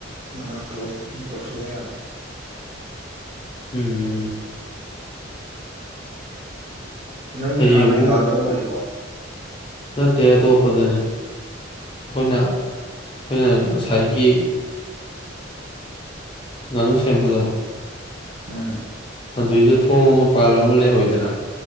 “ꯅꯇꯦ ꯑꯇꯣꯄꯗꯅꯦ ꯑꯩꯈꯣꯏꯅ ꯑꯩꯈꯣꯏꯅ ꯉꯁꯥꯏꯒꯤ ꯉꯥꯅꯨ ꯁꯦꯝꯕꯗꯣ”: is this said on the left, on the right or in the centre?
Left